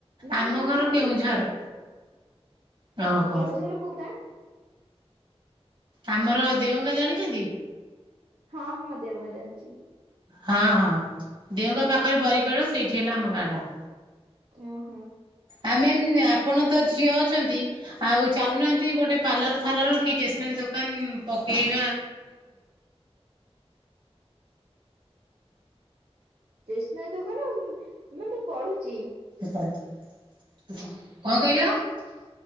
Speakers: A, on the right; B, on the right.
A: ନା
B: ଆମ
A: ନା ମୁଁ
B: ଘର
A: ଛାତ୍ରୀ
B: କେଉଁଝର। ଓହୋ।
A: କେଉଁଝର କୋଉ ଗାଁ?
B: ଆମର ଦେଓ ଗାଁ ଜାଣିଛନ୍ତି?
A: ହଁ ହଁ ଦେଓ ଗାଁ ଜାଣିଛି।
B: ହଁ ହଁ ଦେଓ ଗାଁ ପାଖରେ ବରିପାଳ ସେଇଠି ହେଲା ଆମ ଗାଁ ଟା।
A: ଓ ହୋ।
B: ଆଉ ମ୍ୟାାମ୍ ଆପଣ ତ ଝିଅ ଅଛନ୍ତି ଆଉ ଚାଲୁନାହାନ୍ତି ଗୋଟେ ପାର୍ଲର ଫାଲର କି ଟେସ୍‌ନାରୀ ଦୋ ଦୋକାନ ପକେଇ
A: ଟେସନାରୀ ଦୋକାନ ମ୍ୟାମ୍ ମୁଁ ପଢୁଛି।
B: ପଢ କଣ କହିଲ?